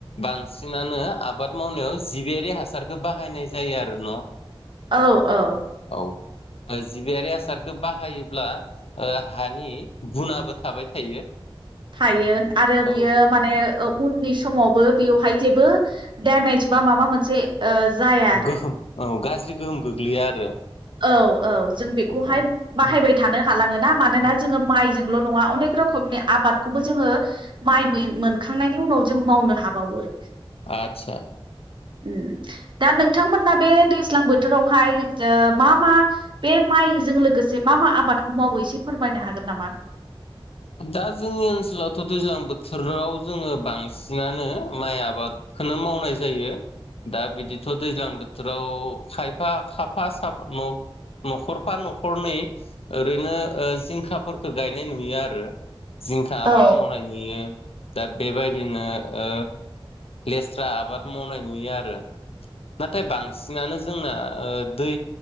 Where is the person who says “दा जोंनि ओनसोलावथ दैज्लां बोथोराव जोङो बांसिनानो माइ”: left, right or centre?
Left